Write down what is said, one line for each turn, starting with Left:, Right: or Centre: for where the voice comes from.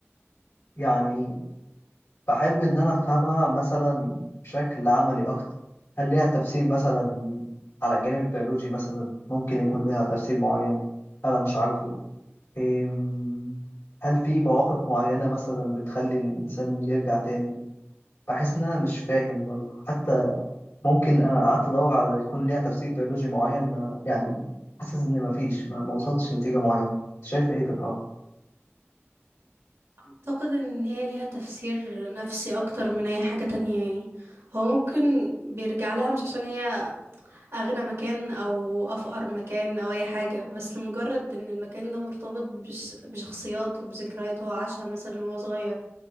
Left: يعني بحب إن أنا أفهمها مثلا بشكل عملي أكتر هل ليها تفسير مثلا على الجانب البيولوجي مثلا ممكن يكون ليها تفسير معين أنا مش عارفه أم، هل في مواقف معينة مثلا بتخلي الإنسان يرجع تاني بحس إن أنا مش فاهم برضه حتى ممكن أنا قعدت أدور على يكون ليها تفسير بيولوجي معين ما يعني حاسس إن مفيش ما ما وصلتش لنتيجة معينة شايف إيه في الحوار؟
Right: اعتقد ان هي ليها تفسير نفسي اكتر من اي حاجة تانية يعني هو ممكن بيرجع لها مش عشان هي اغنى مكان او افقر مكان او اي حاجة بس لمجرد ان المكان ده مرتبط بش بشخصيات وبذكريات هو عاشها مثلا وهو صغير